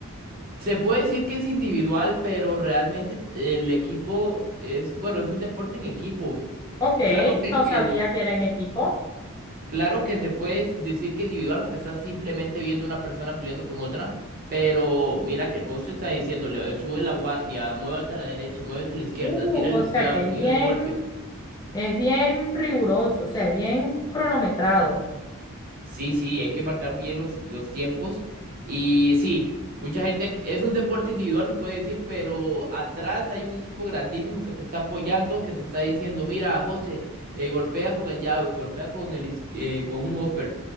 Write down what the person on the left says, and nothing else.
Ok,
no
sabía
que era en equipo.
Uh,
o sea
que
es bien,
es bien riguroso, o sea, es bien cronometrado.